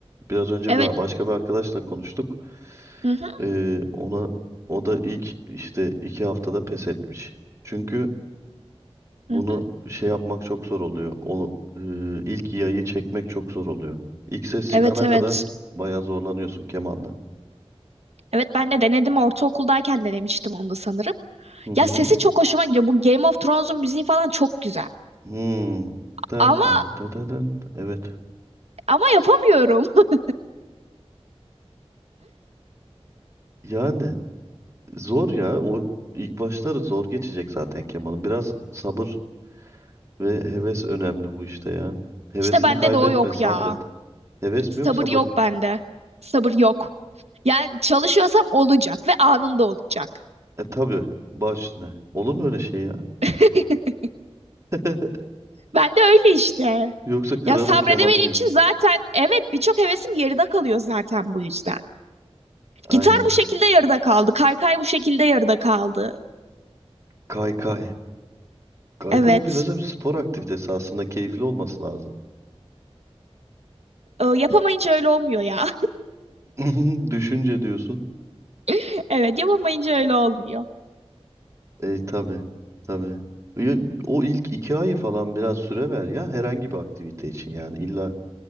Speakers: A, on the right; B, on the right.
A: Biraz önce
B: Evet.
A: bir, başka bir arkadaşla konuştuk.
B: Hı hı,
A: Ee, ona o da ilk işte iki haftada pes etmiş. Çünkü bunu
B: hı hı.
A: şey yapmak çok zor oluyor. O e, ilk yayı çekmek çok zor oluyor. İlk ses
B: Evet
A: çıkana
B: evet.
A: kadar bayağı zorlanıyorsun kemanda.
B: Evet ben de denedim ortaokuldayken denemiştim onu da sanırım.
A: Hı hı.
B: Ya sesi çok hoşuma gidiyor. Bu Game of Thrones'un müziği falan çok güzel.
A: Hmm. Dın
B: Ama
A: dın dın dın dın. Evet.
B: Ama yapamıyorum. <laughs>
A: Yani zor ya. O ilk başları zor geçecek zaten kemanın. Biraz sabır Ve heves önemli bu işte ya. Hevesini
B: İşte bende
A: kaybetme,
B: de o yok
A: sabret.
B: ya.
A: Heves
B: Sabır
A: mi yok sabır
B: yok
A: mı?
B: bende. Sabır yok. Yani çalışıyorsam olacak ve anında olacak.
A: E tabii, baş üstüne. Olur mu öyle şey ya?
B: <laughs>
A: <laughs>
B: Ben de öyle işte.
A: Yoksa kırarım
B: Ya sabredemediğim
A: kemanı diyorsun.
B: için zaten evet birçok hevesim yarıda kalıyor zaten bu yüzden.
A: Ay,
B: Gitar bu şekilde yarıda kaldı. Kaykay bu şekilde yarıda kaldı.
A: kaykay. Kaykay
B: Evet.
A: bir mesela bir spor aktivitesi aslında keyifli olması lazım.
B: Ee, yapamayınca öyle olmuyor ya.
A: <laughs> Düşünce diyorsun.
B: <laughs> Evet yapamayınca öyle olmuyor.
A: E tabii, tabii. Ya, O ilk iki ayı falan biraz süre ver ya herhangi bir aktivite için yani illa